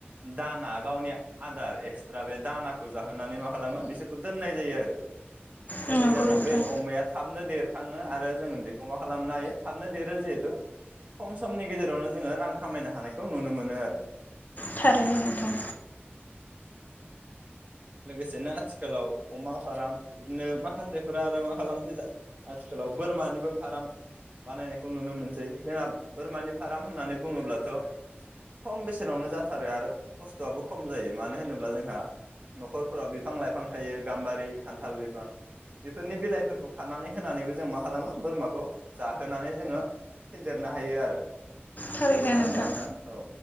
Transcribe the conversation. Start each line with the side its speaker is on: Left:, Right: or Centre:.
Right: दाना गावनि आदार एक्सट्रा बे दानाखौ जाहोनानै मा खालामो बिसोरखौ दोननाय जायो आरो
Left: नंगौ
Right: जायनि जाहोनाव
Left: नोंथां
Right: बे अमाया थाबनो देर खाङो आरो जों बेखौ मा खालामनो हायो थाबनो देरो जिहेथु खम समनि गेजेरावनो जोङो रां खामायनो हानायखौ नुनो मोनो आरो।
Left: थारैनो
Right: औ
Left: नोंथां।
Right: लोगोसेनो आथिखालाव अमा फार्म बिदिनो माखासेफोरा आरो मा खालामसै आथिखालाव बोरमानिबो फार्म बानायनायखौ नुनो मोनसै। जोंना बोरमानि फाराम होननानै बुङोब्लाथ' खम बेसेनावनो जाथारो आरो खस्थ'आबो खम जायो। मानो होनोब्ला जोंहा न'खरफोराव बिफां लाइफां थायो गाम्बारि खान्थाल बिफां बेफोरनि बिलाइफोरखौ खानानै होनानैबो जों मा खालामो बोरमाखौ जाहोनानै जोङो फेदेरनो हायो आरो।
Left: थारैनो
Right: नङा
Left: नोंथां
Right: होनबा औ